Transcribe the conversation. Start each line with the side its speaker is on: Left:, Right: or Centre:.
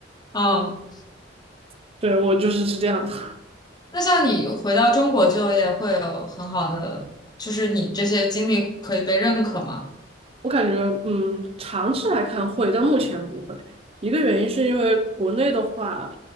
Left: 哦。
Right: <laughs> 对我就是是这样的。
Left: 那像你回到中国就业会有很好的，就是你这些经历可以被认可吗？
Right: 我感觉，嗯，长期来看会，但目前不会。一个原因是因为国内的话，